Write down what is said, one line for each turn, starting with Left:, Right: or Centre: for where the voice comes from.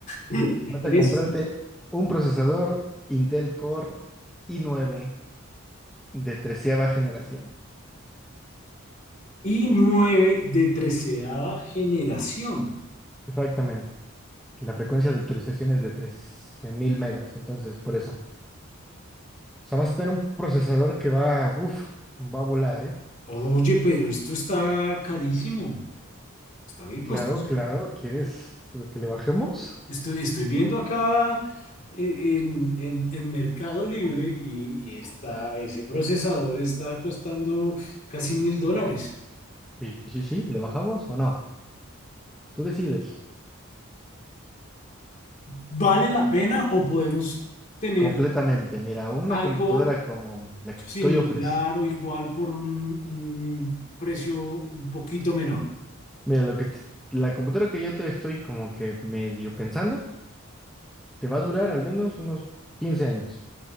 Left: <laughs>
Centre: Vas
Left: En
Centre: a
Left: eso
Centre: comprarte
Left: estoy.
Centre: un procesador Intel Core i nueve de treceava generación.
Left: Y 9 de treceava generación.
Centre: Exactamente. La frecuencia de actualización es de 13.000 megas, entonces por eso. O sea, vas a tener un procesador que va, uff, va a volar, ¿eh?
Left: Oye, pero esto está carísimo, está bien
Centre: Claro,
Left: costoso.
Centre: claro, ¿quieres que le bajemos?
Left: Estoy, estoy viendo acá eh, en, en- en Mercado Libre y, y está, ese procesador está costando casi mil dólares.
Centre: Sí, sí, sí, ¿le bajamos o no? Tú decides.
Left: ¿Vale la pena o podemos tener
Centre: Completamente. Mira, una
Left: algo
Centre: computadora como la que te estoy
Left: similar
Centre: ofreciendo.
Left: o igual por un, un precio un poquito menor?
Centre: Mira, lo que te- la computadora que yo te estoy como que medio pensando, te va a durar al menos unos 15 años